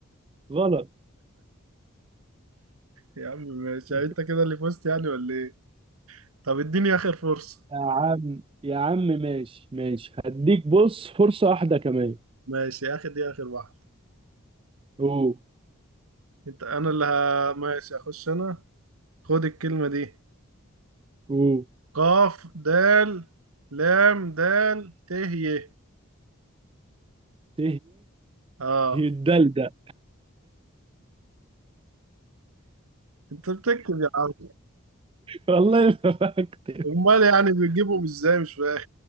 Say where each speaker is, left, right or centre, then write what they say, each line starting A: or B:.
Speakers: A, on the right (about 25°); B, on the right (about 80°).
A: غلط
B: يا عم ماشي
A: <laughs>
B: يعني انت كده اللي فزت يعني ولا ايه طب اديني اخر فرصة
A: يا عم يا عم ماشي ماشي هديك بص فرصة واحدة كمان
B: ماشي اخر دي اخر واحدة
A: او
B: انت انا اللي ه... ماشي اخش انا خد الكلمة دي
A: او
B: قاف دال لام دال ت ي
A: ت
B: اه
A: ي الدلدل
B: انت بتكتب يا عم
A: والله ما فاكر
B: امال يعني بتجيبهم ازاي مش فاهم